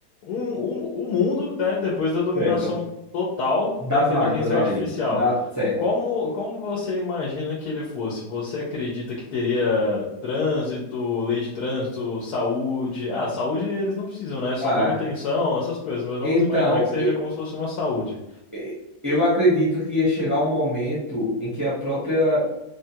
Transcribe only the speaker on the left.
um, um- o mundo, né, depois da dominação
total da
inteligência
artificial.
Como, como você imagina que ele fosse? Você acredita que teria trânsito, lei de trânsito, saúde? Ah, saúde eles não precisam, né? É só
manutenção, essas coisas, mas vamos
imaginar que seja
como se fosse uma saúde.